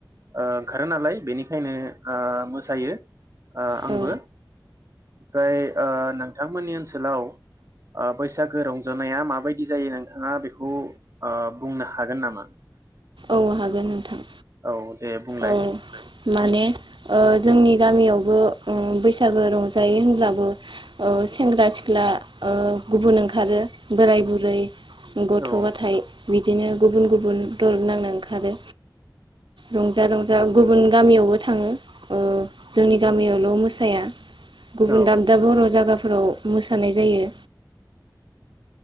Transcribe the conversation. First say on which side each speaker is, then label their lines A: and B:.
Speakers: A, on the right (about 40°); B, on the right (about 85°).
A: ओ ओंखारो नालाय बेनिखायनो ओ मोसायो। ओ आंबो।
B: औ
A: ओमफ्राय ओ नोंथांमोननि ओनसोलाव ओ बैसागो रंजानाया माबायदि जायो नोंथाङा बेखौ ओ बुंनो हागोन नामा?
B: औ हागोन नोंथां।
A: औ दे बुंलाय।
B: औ माने ओ जोंनि गामियावबो ओ बैसागो रंजायो होनब्लाबो ओ सेंग्रा सिख्ला ओ गुबुन ओंखारो बोराय बुरै। गथ
A: औ
B: गथाय बिदिनो गुबुन गुबुन दल नांनो ओंखारो रंजा रंजा गुबुन गामियावबो थाङो ओ जोंनि गामियावल' मोसाया। गुबुन
A: औ
B: दाब दाब बर' जागाफो फोराव मोसानाय जायो।